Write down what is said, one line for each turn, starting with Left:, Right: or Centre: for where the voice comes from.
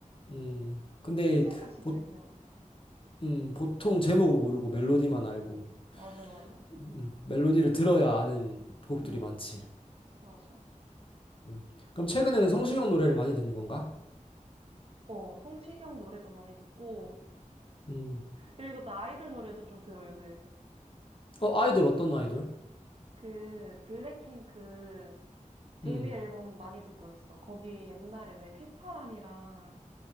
Left: 음. 근데
Right: 희재가 진짜
Left: 보,
Right: 유명하잖아.
Left: 음, 보통 제목은 모르고 멜로디만 알고,
Right: 맞아, 맞아.
Left: 음, 음. 멜로디를 들어야 아는 곡들이
Right: 응,
Left: 많지.
Right: 맞아.
Left: 음. 그럼 최근에는 성시경 노래를 많이 듣는 건가?
Right: 어, 성시경 노래도 많이 듣고,
Left: 음.
Right: 그리고 나 아이돌 노래도 좀 들어, 요새.
Left: 어, 아이돌 어떤 아이돌?
Right: 그, 블랙핑크 데뷔
Left: 음.
Right: 앨범 많이 듣고 있어. 거기 옛날에 왜 휘파람이랑,